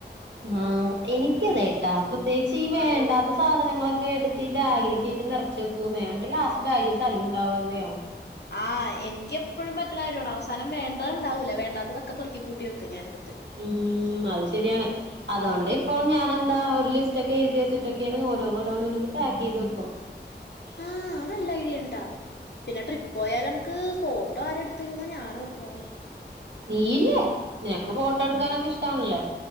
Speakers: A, on the right; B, on the left.
A: ആഹ്, എനിയ്ക്കതേട്ടാ, പ്രത്യേകിച്ച് ഈ വേണ്ടാത്ത സാധനങ്ങളൊക്കെ എടുത്തീ ബാഗിലീക്കി <unintelligible> നെർ <unintelligible> ക്കുന്നേ അണ്ട് ലാസ്റ്റ് ബാഗില് സലവും ണ്ടാവാതെയാവും.
B: ആ എനിയ്ക്ക് എപ്പഴും പറ്റ്ണാര്യോണ്. അവസാനം വേണ്ട ണ്ടാവൂല, വേണ്ടത്തതൊക്കെ പെറ്ക്കികൂട്ടി വയ്ക്കും ഞാനെട്ത്ത്.
A: ഉം, അത് ശെര്യാണ്. അതുകൊണ്ടിപ്പോൾ ഞാനെന്താ ഒരു ലിസ്റ്റ് ഒക്കെ എഴുതിവെച്ചിട്ടൊക്കെയാണ് ഓരോന്ന് ഓരോന്നൊള്ളത് പാക്ക് ചെയ്ത് വെക്കും.
B: ആഹ് അത് നല്ല ഐഡിയാണ്‌ട്ടാ പിന്നെ ട്രിപ്പോയാലമുക്ക് ഫോട്ടോ ആരെടുത്തിരുന്ന ഞാനോർക്കണത്
A: നീ ഇല്ലേ നിനക്ക് ഫോട്ടോ എടുക്കാനൊക്കെ ഇഷ്ടാളല്ലേ